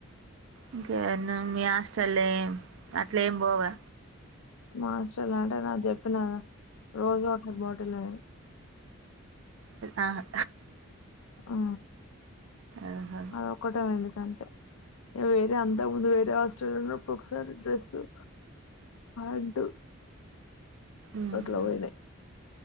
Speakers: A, on the right; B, on the left.
A: ఇంకా ఇన్ మీ హాస్టల్ ఏయ్ అట్ల ఏం పోవా
B: మా హాస్టల్ అంటే నా చెప్పిన రోజు వాటర్ బాటిల్ పో
A: ఆహా ఆహహా
B: ఆ
A: ఆహా
B: ఆది ఒక్కటే పోయింది గంతే వేరే అంతా ముందు వేరే హాస్టల్ ఉన్నప్పుడు ఒకసారి డ్రెస్ ఉ హంతు
A: మ్మ్
B: గట్ల పోయినాయి